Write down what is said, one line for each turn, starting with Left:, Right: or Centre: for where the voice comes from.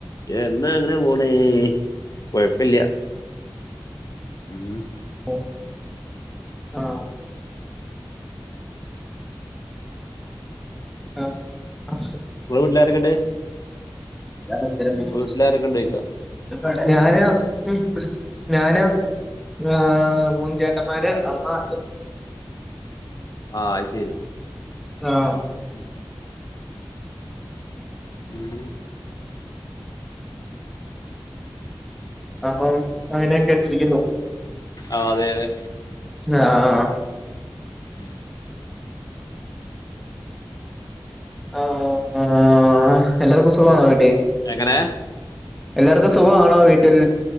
Left: എന്താ അങ്ങെനെ പോണ് കൊഴപ്പല്ല്യാ ഉം
Centre: ഒഹ് ആഹ് ആഹ്
Left: ഇങ്ങളെ വീട്ട്ലാരെക്കെണ്ട്
Centre: <unintelligible>
Left: വീട്ടിലാരൊക്കെണ്ട് ചോദിക്കാ
Centre: ഞാന് ഉം ഞാന് ആഹ് മൂന്ന് ചേട്ടന്മാര് അമ്മ അച്ഛൻ
Left: ആഹ് അയ്ശരി
Centre: ആഹ്
Left: ഉം ഉം
Centre: അപ്പം അങ്ങനെ കേട്ടിരിക്കുന്നു
Left: ആഹ് അതെ അതെ
Centre: അ അ ആഹ്
Left: ഉം
Centre: അ ആഹ് എല്ലാർക്കു സുഖണോ വീട്ടി
Left: എങ്ങനെ
Centre: എല്ലാർക്കു സുഖാണോ വീട്ടിൽ